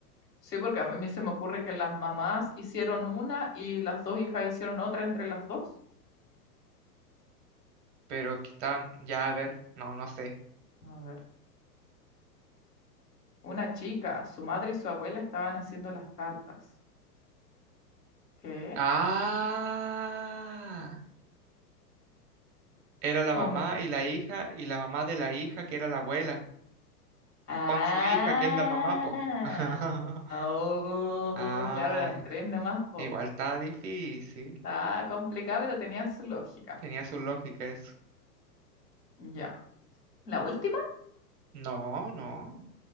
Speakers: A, on the left (about 80°); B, on the right (about 45°).
A: Sí, porque a mí se me ocurre que las mamás hicieron una y las dos hijas hicieron otra entre las dos.
B: Pero que estaban... Ya, a ver. No, no sé.
A: A ver. Una chica, su madre y su abuela estaban haciendo las tartas. ¿Qué?
B: Ah. Era la
A: ¿Cómo?
B: mamá y la hija y la mamá de la hija que era la abuela.
A: Ah,
B: Con su hija que es la mamá, po. <laughs>
A: oh,
B: Ah,
A: claro, eran tres nomás, po.
B: igual está difícil.
A: Está complicado, pero tenía su lógica.
B: Tenía su lógica eso.
A: Ya. La última.
B: No, no.